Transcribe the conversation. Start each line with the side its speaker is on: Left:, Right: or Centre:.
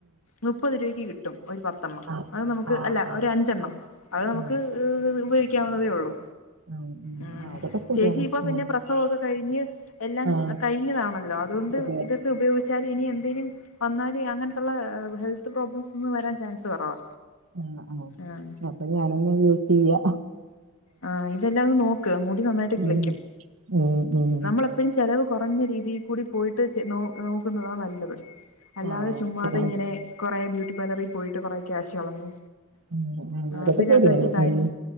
Left: മുപ്പത് രൂപക്ക് കിട്ടും ഒരു പത്തെണ്ണം
Right: ആ
Left: അത് നമുക്ക്
Right: ആ
Left: അല്ല
Right: ആ
Left: ഒരു അഞ്ചെണ്ണം അത് നമുക്ക്
Right: ഉം
Left: ഉപയോഗിക്കാവുന്നതേ ഉള്ളൂ
Right: ഉം
Left: ഉം
Right: ആ, അതൊക്കെ ശരിയാണ്
Left: ചേച്ചി ഇപ്പം പിന്നെ
Right: ഉം
Left: പ്രസവൊക്കെ കഴിഞ്ഞ് എല്ലാം
Right: ആ
Left: കഴിഞ്ഞതാണല്ലോ അതുകൊണ്ട്
Right: അതെ
Left: ഇതൊക്കെ ഉപയോഗി ച്ചാൽ ഇനി എന്തെങ്കിലും വന്നാല് അങ്ങനെത്തുള്ള ഹെൽത്ത് പ്രോബ്ലംസ് ഒന്നും വരാൻ ചാൻസ് കുറവാ
Right: ആ ആ
Left: ആഹ്
Right: അപ്പം ഞാന് ങ്ങനെ യൂ ഇല്യാ
Left: ആ ഇതെല്ലാം നോക്ക് മുടി നന്നായിട്ട് കിളിക്കും
Right: ഉം ഉം ഉം
Left: നമ്മളെപ്പോഴും ചെലവ് കുറഞ്ഞ രീതിയിൽ കൂടി പോയിട്ട് നോക്കുന്നതാ നല്ലത് അല്ലാതെ
Right: ആ
Left: ചുമ്മാതെ
Right: ശരിയാണ്
Left: ഇങ്ങനെ കൊറെ ബ്യൂ ട്ടിപാർലറിൽ പോയിട്ട് കുറെ ക്യാഷ് കളഞ്ഞ്
Right: ഉം ഉം അതൊക്കെ
Left: അതിനകത്ത്
Right: ശരിയാണ്
Left: വലിയ കാര്യം
Right: ഉ